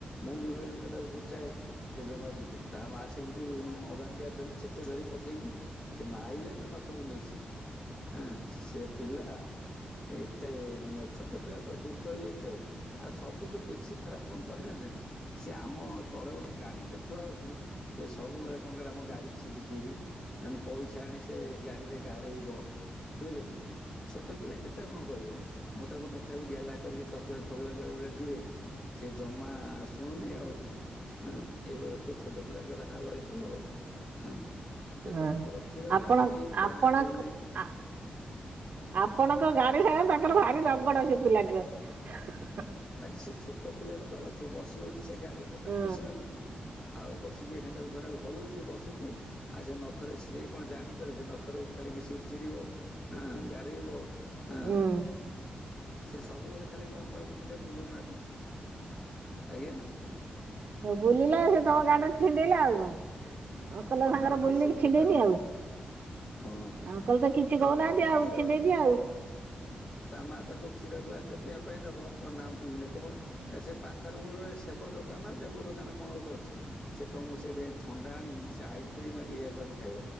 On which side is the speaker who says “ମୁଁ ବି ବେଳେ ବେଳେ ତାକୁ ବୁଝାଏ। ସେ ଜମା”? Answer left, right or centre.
Left